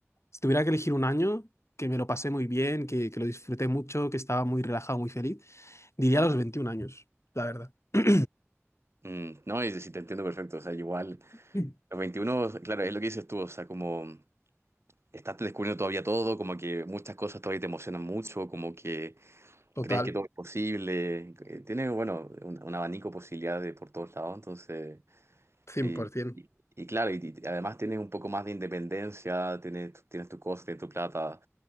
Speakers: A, on the left; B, on the right.
A: si tuviera que elegir un año, que me lo pasé muy bien, que, que lo disfruté mucho, que estaba muy relajado, muy feliz, diría los veintiún años, la verdad. <clears throat>
B: mm. No, y si te entiendo perfecto. O sea, igual.
A: Mm.
B: Los 21, claro, es lo que dices tú, o sea, como estás descubriendo todavía todo, como que muchas cosas todavía te emocionan mucho, como que
A: Total,
B: crees que todo es posible, eh, tienes, bueno, un, un abanico de posibilidades por todos lados, entonces,
A: 100%.
B: y, y- y claro, y, y además tienes un poco más de independencia, tienes, tu- tienes tu cosa, tienes tu plata,